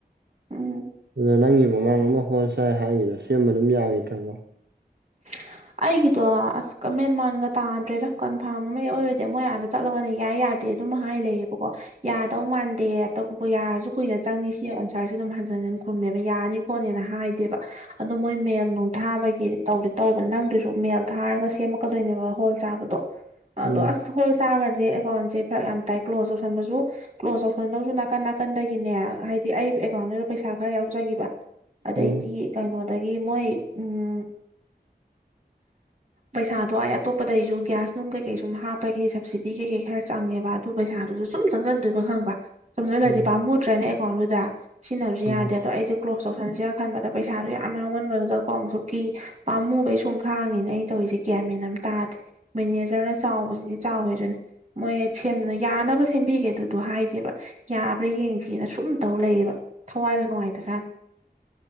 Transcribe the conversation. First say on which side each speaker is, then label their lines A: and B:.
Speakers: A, on the right; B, on the right.
A: ꯎꯝ
B: ꯑꯗꯨꯗ ꯅꯪꯒꯤ ꯃꯃꯥꯡ ꯑꯃ ꯍꯣꯜꯁꯥꯏ ꯍꯥꯏꯔꯤꯗꯣ ꯁꯦꯝꯕ ꯑꯗꯨꯝ ꯌꯥꯈꯤꯗ꯭ꯔꯕꯣ
A: <unintelligible> ꯑꯩꯒꯤꯗꯣ ꯑꯁꯀ ꯃꯦꯟꯃꯥꯟꯒ ꯇꯥꯗ꯭ꯔꯦꯗ ꯀꯟꯐꯥꯔꯝ ꯑꯃ ꯑꯣꯏꯔꯗꯤ ꯃꯣꯏ ꯑꯥꯗ ꯆꯠꯂꯒꯅꯦ ꯌꯥꯏ ꯌꯥꯗꯦ ꯑꯗꯨꯝ ꯍꯥꯏ ꯂꯩꯌꯦꯕꯀꯣ ꯌꯥꯗꯧ ꯃꯥꯟꯗꯦ ꯑ ꯌꯥꯔꯁꯨ ꯀꯨꯏꯅ ꯆꯪꯅꯤ ꯁꯤ ꯑꯟꯁꯥꯔꯁꯤ ꯑꯗꯨꯝ ꯍ ꯈꯨꯝꯕ ꯌꯥꯅꯤ ꯈꯣꯠꯅꯤꯅ ꯍꯥꯏꯗꯦꯕ ꯑꯣ ꯃꯣꯏ ꯃꯦꯜ ꯅꯨꯡꯊꯥꯕꯒꯤ ꯇ ꯇꯧꯕꯅꯤ ꯅꯪꯗꯨꯁꯨ ꯃꯦꯜ ꯊꯥꯔꯒ ꯁꯦꯝꯃꯛꯀꯗꯣꯏꯅꯦꯕ ꯍꯣꯜ ꯆꯥꯕꯗꯣ
B: ꯎꯝ
A: ꯑꯗꯣ ꯑꯁ ꯍꯣꯜ ꯆꯥꯈ꯭ꯔꯗꯤ ꯑꯦꯀꯥꯎꯟꯁꯦ ꯐꯔꯛ ꯌꯥꯝꯅ ꯇꯥꯏ ꯀ꯭ꯂꯣꯖ ꯇꯧꯁꯟꯕꯁꯨ ꯀ꯭ꯂꯣꯖ ꯇꯧꯁꯟꯗꯧꯁꯨ ꯅꯥꯀꯟ ꯅꯥꯀꯟꯗꯒꯤꯅꯦ ꯍꯥꯏꯗꯤ ꯑꯩ ꯑꯦꯀꯥꯎꯟꯗꯨꯗ ꯄꯩꯁꯥ ꯈꯔ ꯌꯥꯎꯖꯈꯤꯕ ꯑꯗꯩꯗꯤ
B: ꯎꯝ
A: ꯀꯩꯅꯣꯗꯒꯤ ꯃꯣꯏ ꯎꯝ ꯄꯩꯁꯥꯗꯣ ꯑꯩ ꯑꯇꯣꯞꯄꯗꯩꯁꯨ ꯒ꯭ꯌꯥꯁꯅꯨꯡ ꯀꯩ ꯀꯩ ꯁꯨꯝ ꯍꯥꯞꯄꯒꯤ ꯁꯞꯕꯁꯤꯗꯤ ꯀꯩ ꯀꯩ ꯈꯔ ꯆꯪꯉꯦꯕ ꯑꯗꯨ ꯄꯩꯁꯥꯗꯨꯁꯨ ꯁꯨꯝ ꯆꯪꯒꯟꯗꯣꯏꯕ ꯈꯪꯕ ꯆꯣꯝꯁꯤꯜꯂꯗꯤ
B: ꯎꯝ
A: ꯄꯥꯝꯃꯨꯗ꯭ꯔꯦꯅꯦ ꯑꯦꯀꯥꯎꯟꯗꯨꯗ ꯁꯤꯖꯤꯟꯅꯕꯁꯨ
B: ꯎꯝ
A: ꯌꯥꯗꯦ ꯑꯗꯣ ꯑꯩꯁꯦ ꯀ꯭ꯂꯣꯁ ꯇꯧꯁꯟꯁꯤꯔꯥ ꯈꯟꯕꯗ ꯄꯩꯁꯥꯗꯨꯣ ꯌꯥꯝ ꯌꯥꯎꯃꯟꯕꯗꯨꯗꯀꯣ ꯑꯃꯨꯛꯁꯨ ꯀꯤ ꯄꯥꯝꯃꯨꯕꯩ ꯁꯨꯝ ꯈꯥꯡꯉꯤꯅꯦ ꯑꯩꯩꯅ ꯇꯧꯔꯤꯁꯦ ꯒ꯭ꯌꯥꯃꯦꯟ ꯑꯃ ꯇꯥꯗꯦ ꯃꯦꯅꯦꯖꯔꯅ ꯆꯥꯎꯕꯁꯤꯗꯤ ꯆꯥꯎꯋꯦꯔꯅꯤ ꯃꯣꯏ ꯁꯦꯝꯅ ꯌꯥꯅꯕ ꯁꯦꯝꯕꯤꯒꯦ ꯑꯗꯨꯗꯣ ꯍꯥꯏꯗꯦꯕ ꯌꯥꯕ꯭ꯔꯥ ꯌꯦꯡꯁꯤꯅ ꯁꯨꯝꯇꯧ ꯂꯩꯌꯦꯕ ꯊꯋꯥꯏꯒ ꯅꯨꯡꯉꯥꯏꯇꯖꯥꯠꯅꯤ <inaudible>